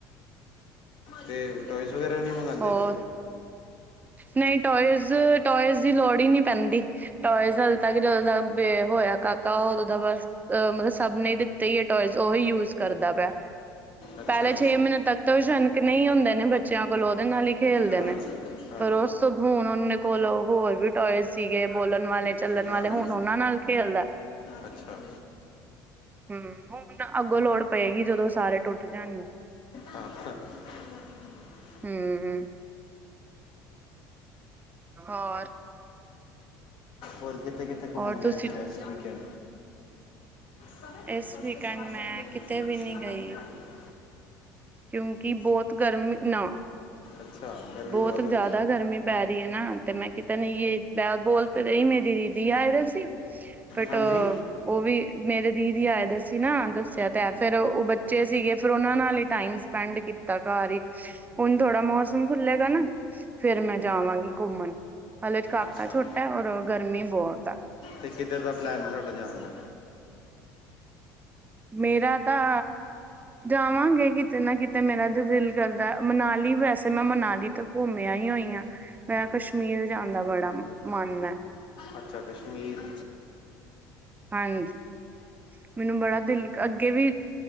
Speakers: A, on the left; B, on the right.
A: ਤੇ ਟੋਇਸ ਵਗੈਰਾ ਨਹੀਂ ਮੰਗਾਂਦੇ।
B: ਹੋਰ ਨਹੀਂ ਟੋਇਜ਼-ਟੋਇਜ਼ ਦੀ ਲੋੜ ਹੀ ਨਹੀਂ ਪੈਂਦੀ ਟੋਇਜ਼ ਹੱਲੇ ਤੱਕ ਜਦੋਂ ਦਾ ਬੇ ਹੋਇਆ ਕਾਕਾ ਉਦੋਂ ਦਾ ਬਸ ਮਤਲਬ ਸਭ ਨੇ ਦਿੱਤਾ ਹੀ ਆ ਟੋਇਜ਼ ਉਹੀ ਯੂਜ ਕਰਦਾ ਪਿਆ।
A: ਅੱਛਾ
B: ਪੈਲੇ ਛੇ ਮਹੀਨੇ ਤੱਕ ਤਾਂ ਸ਼ਨਕਨੇ ਹੀ ਹੁੰਦੇ ਨੇ ਬੱਚਿਆਂ ਕੋਲ ਉਹਦੇ ਨਾਲ ਹੀ ਖੇਲਦੇ
A: ਹਾਂ
B: ਨੇ। ਫਿਰ ਉਹ ਸਗੋ ਹੁਣ ਉਹਦੇ ਕੋਲ ਹੋਰ ਵੀ ਟੋਏ ਸੀਗੇ ਬੋਲਣ ਵਾਲੇ ਚੱਲਣ
A: ਹਾਂ
B: ਵਾਲੇ ਹੁਣ ਉਹਨਾਂ ਨਾਲ ਖੇਲਦਾ
A: ਅੱਛਾ
B: ਹੂੰ ਹੁਣ ਅੱਗੋਂ ਲੋੜ ਪਏਗੀ ਜਦੋਂ ਸਾਰੇ ਟੁੱਟ ਜਾਣਗੇ।
A: ਹਾਂ-ਹਾਂ <inaudible>
B: ਹੂੰ-ਹੂੰ ਹੋਰ
A: ਹੋਰ ਕਿੱਥੇ-ਕਿੱਥੇ ਘੁੰਮਣ
B: ਔਰ
A: ਗਏ
B: ਤੁਸੀਂ
A: ਫਿਰ ਐ। ਕ ਸਭੇ ਲੋਕ
B: ਇਸ
A: ਬਸਵੇ
B: ਵੀਕਐਂਡ
A: ਸਵਾਰ
B: ਮੈਂ
A: ਸਭ ਲੋਕ
B: ਕਿਤੇ
A: ਕੋ ਸੁਰੱਖਿਤ
B: ਵੀ ਨਹੀਂ
A: ਬਾਹਰ
B: ਗਈ
A: ਨਿਕਾਲੇ ਗ
B: ਕਿਉਂਕਿ ਬੋਤ ਗਰਮੀ ਨਾ
A: ਅੱਛਾ ਗਰਮੀ
B: ਬੋਤ
A: ਬਹੁਤ
B: ਜ਼ਿਆਦਾਗ
A: ਹੈ
B: ਗਰਮੀ ਪੈ ਰਹੀ ਹੈ ਨਾ ਤੇ ਮੈਂ ਕਿ ਕੀਤਾ ਨਹੀਂ ਮੈਂ ਬੋਲ ਤੇ ਰਹੀ ਮੇਰੀ ਦੀਦੀ ਜੀਆ ਆਏ ਦੇ ਸੀ ਬਟੋ
A: ਹਾਂਜੀ
B: ਉਹ ਵੀ ਮੇਰੇ ਦੀਦੀ ਆਏ ਦੇ ਸੀ ਨਾ ਦੱਸਿਆ ਤੇ ਐ ਫਿਰ ਉਹ ਬੱਚੇ ਸੀਗੇ ਫਿਰ ਉਹਨਾਂ ਨਾਲ ਟਾਈਮ ਸਪੈਂਡ ਕੀਤਾ ਘਾਰੀ ਹੁਣ ਥੋੜਾ ਮੌਸਮ ਖੁਲੇਗਾ ਨਾ ਫਿਰ ਮੈਂ ਜਾਵਾਂਗੀ ਘੁੰਮਣ ਹਲੇ ਕਾਕਾ
A: ਅੱਛਾ
B: ਛੋਟਾ ਔਰ ਗਰਮੀ ਬੋਤ ਆ
A: ਤੇ ਕਿਧਰ ਦਾ ਪਲੈਨ ਤੁਹਾਡਾ ਜਾਣ ਦਾ
B: ਮੇਰਾ ਤਾਂ ਜਾਵਾਂਗੇ ਕਿਤੇ ਨਾ ਕਿਤੇ ਮੇਰਾ ਤੇ ਦਿਲ ਕਰਦਾ ਮਨਾਲੀ ਵੈਸੇ ਮੈਂ ਮਨਾਲੀ ਤਾ ਘੁੰਮ ਆਈ ਆ ਮੇਰਾ ਕਸ਼ਮੀਰ ਜਾਣ ਦਾ ਬੜਾ ਮਨ ਐ
A: ਅੱਛਾ ਕਸ਼ਮੀਰ
B: ਹਾਂਜੀ ਮੈਨੂੰ ਬੜਾ ਦਿਲ ਅੱਗੇ ਵੀ